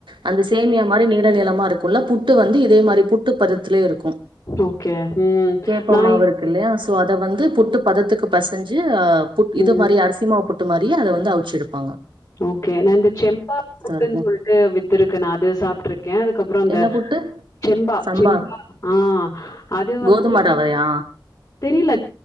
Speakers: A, on the right; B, on the left.
A: அந்த சேமியா மாரி நீள நீளமா இருக் க்குள்ள புட்டு வந்து இதே மாரி புட்டு பதத்துலேயே இருக்கு ம்
B: ஓகே ம்
A: கேப்ப
B: நா
A: மாவு இருக்கு இல்லையா அத வந்து புட்டு பதத்துக்கு பெசஞ்சு அ புட் இது
B: ம்
A: மாரி அரிசி மாவு புட் ட்டு மாரியே அத வந்து அவுச்செடுப்பாங்க
B: ஓகே நா இந்த செம்பா புட்டுன்னு
A: இருக்கும்
B: சொல்ட்டு வித்துருக்கு நா அது சாப்ட்ருக்கே அதுக்கப்பறோ அந்த
A: என்ன புட்டு
B: செம்பா
A: சம்பா
B: செம்பா ஆ அது வந்துட்டு
A: கோதும ரவையா
B: தெரியல